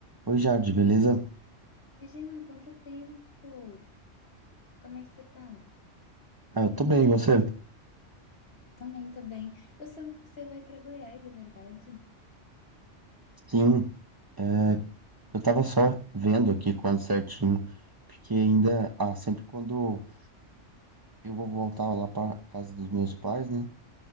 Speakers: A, on the right; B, on the left.
A: Oi, Jade, beleza?
B: Jean, quanto tempo? Como é que você tá?
A: Ah, eu tô bem, e você?
B: Também, tô bem. Eu soube que você vai pra Goiás, é verdade?
A: Sim, é, eu tava só vendo aqui quando certinho, porque ainda, ah, sempre quando eu vou voltar lá pra casa dos meus pais, né?